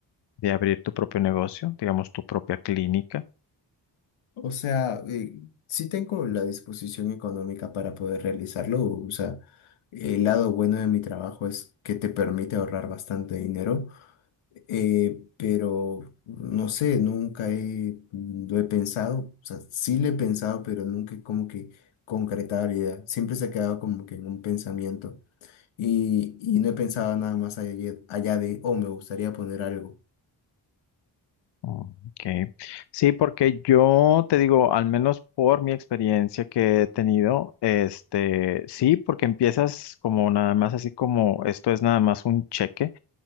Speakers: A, on the left; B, on the left.
A: de abrir tu propio negocio, digamos, tu propia clínica.
B: O sea, eh, sí tengo la disposición económica para poder realizarlo. O sea, el lado bueno de mi trabajo es que te permite ahorrar bastante dinero, eh, pero no sé, nunca he, lo he pensado. O sea, sí lo he pensado, pero nunca he como que concretado la idea. Siempre se ha quedado como que en un pensamiento. Y, y no he pensado nada más allá, allá de, oh, me gustaría poner algo.
A: Okay. Sí, porque yo te digo, al menos por mi experiencia que he tenido, este, sí, porque empiezas como nada más así como esto es nada más un cheque